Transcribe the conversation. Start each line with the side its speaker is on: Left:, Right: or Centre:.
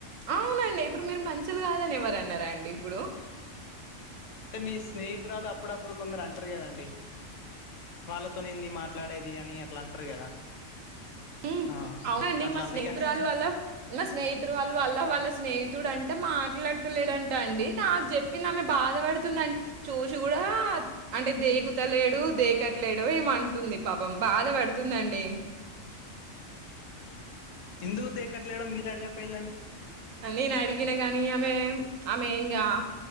Right: ఆవునండి ఇప్పుడు మీరు మంచోలు కాదని ఎవరు అన్నారు అండి ఇప్పుడు
Left: అంటే మీ స్నేహితురాలు అప్పుడప్పుడు కొందరు అంటరు కద అండి వాలు తొని ఏంది మాట్లాడేది అని అట్లా అంటరు కదా
Right: మ్
Left: ఆ
Right: అవునండి
Left: అట్లా
Right: మా
Left: అందుకని
Right: స్నేహితురాలు వల్ల మా స్నేహితుడు వాళ్ళ వల్ల వాళ్ళ స్నేహి డు అంట మాట్లాడతలేడంటా అండి నాకు చెప్పింది. ఆమె బాధ పడుతుందండి. చూసి కూడా అంటే దేకుతలేడు, దేకట్లేడు ఏమో అంటుంది. పాపం బాధ పడుతుందండి.
Left: ఆహా ఎందుకు దేకట్లేడో మీరే అడిగకపోఇంరా
Right: నేను అడిగిన గాని ఆమె ఆమె ఇంగా